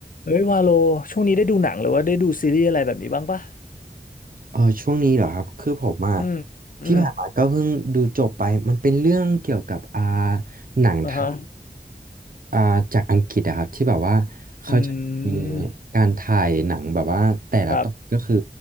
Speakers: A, on the left; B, on the right.
A: เอ้ยวาโลช่วงนี้ได้ดูหนังหรือว่าได้ดูซีรีส์อะไรแบบนี้บ้างปะ
B: เออช่วงนี้เหรอครับคือผมอะ
A: อืมอืม
B: ที่ผ่านมาก็เพิ่งดูจบไปมันเป็นเรื่องเกี่ยวกับอ่าหนังไทย
A: อ่าฮะ
B: อ่าจากอังกฤษอะครับที่แบบว่าเขาจะมี
A: อืม
B: การถ่ายหนังแบบว่าแต่ละตอนก็คือ
A: ครับ